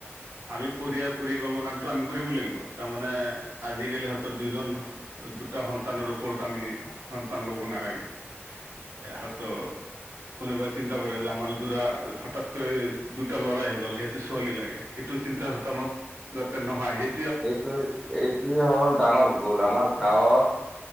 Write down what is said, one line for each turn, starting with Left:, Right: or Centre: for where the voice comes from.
Right: আমি পৰিয়াল পৰিকল্পনাটো আমি কৰিব লাগিব, তাৰমানে, আজিকালি হয়তো দুজন দুটা সন্তানৰ ওপৰত আমি, সন্তান ল'ব নালাগে, ইহঁতৰ কোনোবাই চিন্তা কৰে যে আমাৰ দুটা হঠাৎতে দুটা ল'ৰাই গ'ল সেইটো ছোৱালী লাগে, সেইটো চিন্তাকথা, মোক যাতে নহয় সেই
Centre: এইটোৱে, এইটোৱেই হ'ল ডাঙৰ ভুল আমাৰ গাঁৱত